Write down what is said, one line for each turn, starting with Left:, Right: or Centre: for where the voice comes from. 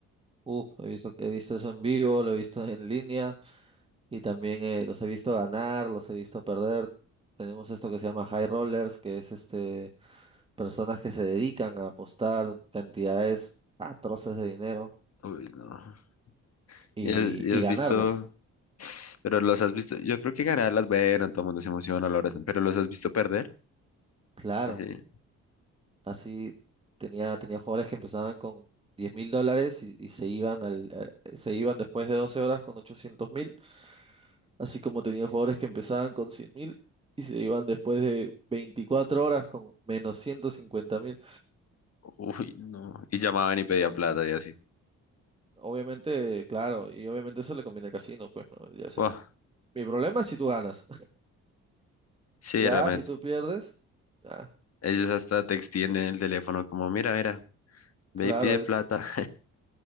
Right: Uf, he visto, he visto eso en vivo, lo he visto en línea y también eh, los he visto ganar, los he visto perder. Tenemos esto que se llama high rollers, que es este personas que se dedican a apostar cantidades atroces de dinero
Left: Uy, no.
Right: y,
Left: Y has, y
Right: y
Left: has
Right: ganarlas.
Left: visto, pero los has visto, yo creo que ganar las bueno, todo el mundo se emociona, lo abrazan, pero los has visto perder,
Right: Claro.
Left: así,
Right: Así tenía, tenía jugadores que empezaban con diez mil dólares y, y se iban al, a- se iban después de 12 horas con ochocientos mil, así como tenía jugadores que empezaban con cien mil y se iban después de 24 horas con menos ciento cincuenta mil.
Left: uy, no, y llamaban y pedían plata y así,
Right: Obviamente, claro, y obviamente eso le conviene al casino, pues no, ya sé.
Left: Buah,
Right: Mi problema es si tú ganas, <laughs>
Left: sí,
Right: ya
Left: realmente,
Right: si tú pierdes, ah,
Left: ellos hasta te extienden el teléfono como, mira, mira, ve
Right: claro,
Left: y pide
Right: es,
Left: plata,